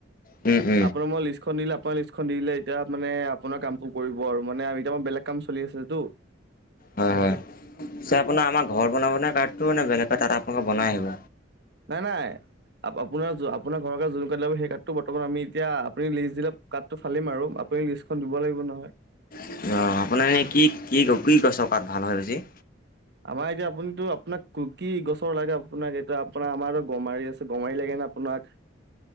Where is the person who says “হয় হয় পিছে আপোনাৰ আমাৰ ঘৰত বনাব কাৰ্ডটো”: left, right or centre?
Left